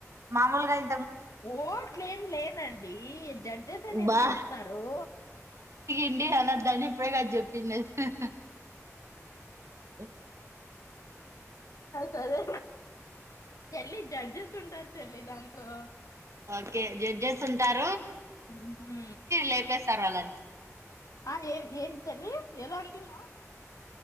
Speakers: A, on the right; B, on the left.
A: మామూలుగాయి
B: ఓట్లేం లేదండి జడ్జసే నిర్ణయిస్తారు
A: బా అండి అనద్దాని ఇప్పుడే గద చెప్పిండే <unintelligible> హ
B: సరే చెల్లి జడ్జెస్ ఉంటారు చెల్లి దాంట్లో
A: ఓకే జడ్జస్ ఉంటార్
B: మ్ హూ
A: లేపేస్తారు వాళ్ళని
B: ఆ ఏం ఏం చెల్లి ఏదో ఓకటిన్నా